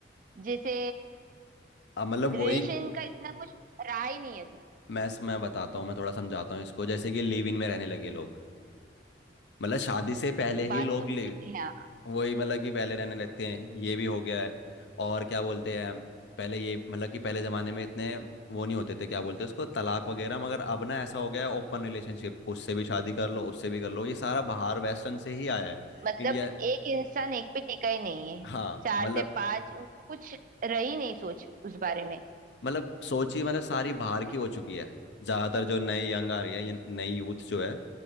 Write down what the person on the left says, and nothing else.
अब मतलब
वही
मैं मैं बताता हूँ मैं थोड़ा समझाता हूँ इसको जैसे कि लिव इन में रहने लगे लोग मतलब शादी से पहले
ही लोग
लिव
वही मतलब कि पहले रहने लगते हैं ये भी हो गया है और क्या बोलते हैं पहले ये मतलब कि पहले जमाने में इतने वो नहीं होते थे क्या बोलते हैं उसको तलाक वगैरह मगर अब ना ऐसा हो गया है ओपन रिलेशनशिप उससे भी शादी कर लो उससे भी कर लो ये सारा बाहर वेस्टर्न से ही आया है
इंडिया
हाँ
मतलब
मतलब सोचिए मतलब सारी बाहर की हो चुकी है ज्यादातर जो नई यंग आ रही है ये नई यूथ जो है